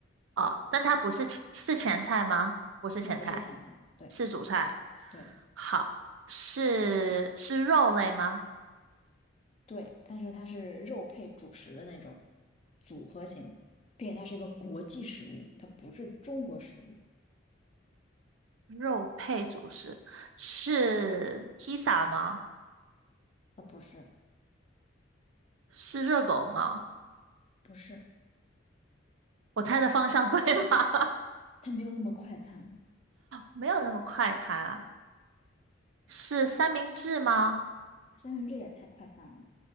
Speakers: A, on the right (about 75°); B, on the left (about 30°).
A: 哦，但它不是前是前菜吗？不是前菜，
B: 那不是前菜。对
A: 是主菜。
B: 对
A: 好，是是肉类吗？
B: 对，但是它是肉配主食的那种组合型，并且它是一个国际食物，它不是中国食物，
A: 肉配主食，是披萨吗？
B: 啊，不是
A: 是热狗吗？
B: 不是，
A: 我猜的方向 <laughs> 对吗？<laughs>
B: 它没有那么快餐，
A: 没有那么快餐，是三明治吗？
B: 三明治也太快餐了。